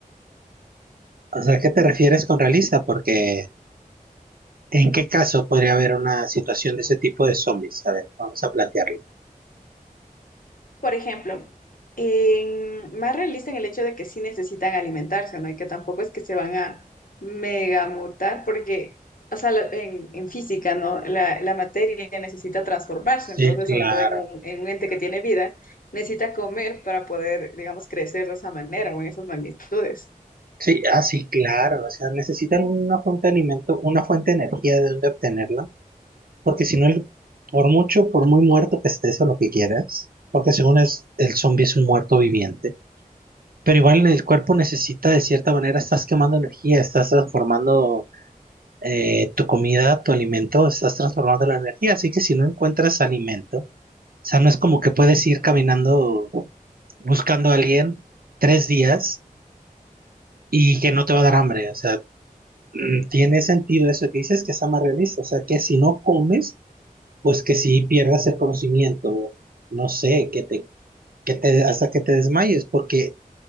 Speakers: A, on the right; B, on the left.
A: O sea, ¿qué te refieres con realista? Porque, ¿en qué caso podría haber una situación de ese tipo de zombies? A ver, vamos a plantearlo.
B: Por ejemplo, en- más realista en el hecho de que sí necesitan alimentarse, ¿no? Y que tampoco es que se van a megamutar, porque, o sea, la- en, en física, ¿no? La, la materia necesita transformarse,
A: Sí,
B: entonces,
A: claro.
B: sobre todo en un, en un ente que tiene vida, necesita comer para poder, digamos, crecer de esa manera o en esas magnitudes.
A: Sí, ah, sí, claro. O sea, necesitan una fuente de alimento, una fuente de energía de dónde obtenerla. Porque si no, el- por mucho, por muy muerto que estés o lo que quieras, porque según es, el zombie es un muerto viviente. Pero igual el cuerpo necesita, de cierta manera, estás quemando energía, estás transformando eh, tu comida, tu alimento, estás transformando la energía. Así que si no encuentras alimento, o sea, no es como que puedes ir caminando buscando a alguien tres días y que no te va a dar hambre. O sea, mm, tiene sentido eso que dices, que está más realista. O sea, que si no comes, pues que si pierdas el conocimiento, no sé, que te, que te, hasta que te desmayes, porque